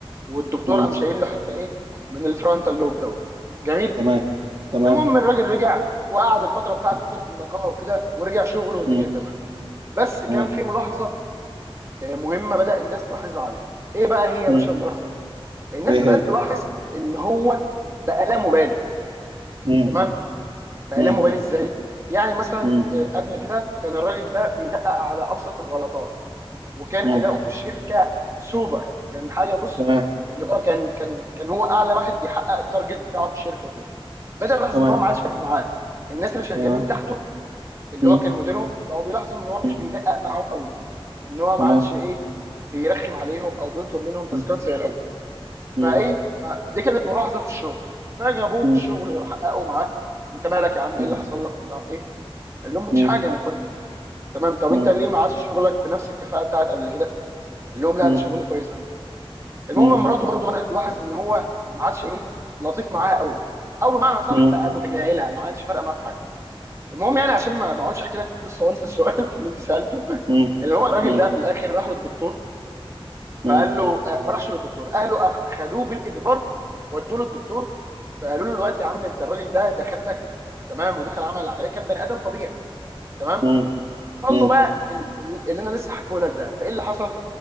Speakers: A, on the right; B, on the right.
A: والدكتور
B: مم.
A: قام شايل له حته ايه من الفرونتال لوب دوت جميل
B: تمام تمام
A: المهم الراجل رجع وقعد الفتره بتاعت
B: مم.
A: فتره النقاهه وكده ورجع شغله والدنيا
B: مم.
A: تمام بس كان
B: تمام
A: في ملاحظه آه، مهمه بدا الناس تلاحظها عليه ايه بقى هي يا
B: مم.
A: باشا الملاحظه دي الناس
B: ايه
A: بدات
B: هي
A: تلاحظ ان هو بقى لا مبالي
B: مم.
A: تمام بقى
B: مم.
A: لا مبالي ازاي يعني مثلا
B: مم.
A: آه، قبل كده كان الراجل ده بيدقق على ابسط الغلطات وكان
B: مم.
A: اداؤه في الشركه سوبر كان حاجه بص
B: تمام
A: اللي هو كان كان كان هو اعلى واحد بيحقق التارجت بتاعه في الشركه وكده بدا يلاحظ
B: تمام
A: ان هو ما عادش فاهم معاه الناس اللي شغالين
B: تمام
A: تحته اللي
B: مم،
A: هو كان مديرهم بقوا بيلاحظوا ان هو مش
B: مم،
A: بيدقق معاهم قوي ان هو
B: تمام
A: ما عادش ايه بيرخم عليهم او بيطلب منهم تاسكات
B: مم،
A: زي الاول
B: مم،
A: فايه فدي كانت ملاحظه في الشغل فجابوه
B: مم،
A: في الشغل حققوا معاه انت مالك يا عم ايه
B: مم،
A: اللي حصل لك ومش عارف ايه قال لهم مفيش
B: مم،
A: حاجه انا كويس تمام طب
B: مم،
A: انت ليه ما عادش شغلك بنفس الكفاءه بتاعت قبل كده قال لهم لا
B: مم،
A: انا شغلي كويس عادي. المهم
B: مم،
A: مراته برضو بدات تلاحظ ان هو ما عادش ايه لطيف معاها قوي او بمعنى صح
B: مم، مم،
A: بقى متجاهلها ما عادش فارقه معاها في حاجه المهم يعني عشان ما ما اقعدش احكي لك في القصه وانسى السؤال <laughs> اللي انت سالته
B: مم،
A: اللي هو الراجل
B: مم،
A: ده في الاخر راح للدكتور
B: مم،
A: فقال له آه، ما راحش للدكتور اهله أخ- خدوه بالاجبار ودوه للدكتور فقالوا له دلوقتي يا عم انت الراجل ده دخل لك تمام ودخل عمل العمليه كان بني ادم طبيعي تمام
B: مم،
A: قال
B: مم،
A: له بقى ال- ال- اللي انا لسه حكيه لك ده فايه اللي حصل؟